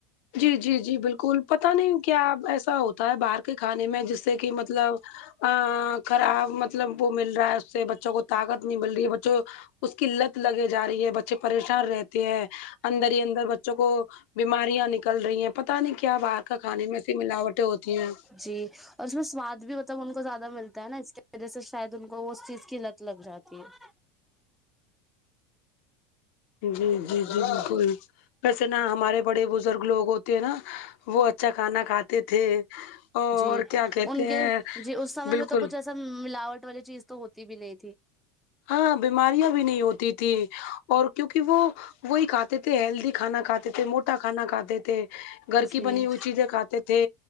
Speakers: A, on the left; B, in the centre.
A: جی جی جی بالکل پت نہیں کیا ایسا ہوتا ہے باہر کے کھانے میں جس سے کہ مطلب ا خراب مطلب وہ مل رہا ہے اس سے بچوں کو طاقت نہیں مل رہی ہے بچوں اس کی لت لگے جا رہی ہے بچے پریشان رہتے ہیں اندر ہی اندر بچوں کو بیماریاں نکل رہی ہیں پتاہ نہیں کیا باہر کا کھانے میں ایسی ملاوٹیں ہوتی ہیں
B: جی اور اس میں سواد بھی مطلب ان کو زیادہ ملتا ہے نا اس کی وجہ سے شاید ان کو وہ اس چیز کی لت لگ جاتی ہے
A: جی جی جی بالکل ویسے نا ہمارے بڑے بزرگ لوگ ہوتے ہیں نا وہ اچھا کھانا کھاتے تھے اور
B: جی
A: کیا کہتے
B: ان کے
A: ہیں
B: جی اس سمے
A: بالکل
B: میں تو کچھ ایسا سب ملاوٹ والی چیز تو ہوتی بھی نہیں تھی
A: ہاں بیماریاں بھی نہیں ہوتی تھیں اور کیونکہ وہ وہی کھاتے تھے ہیلدی کھانا کھاتے تھے موٹا کھانا کھاتے تھے گھر کی
B: جی
A: بنی ہوئی چیزیں کھاتے تھے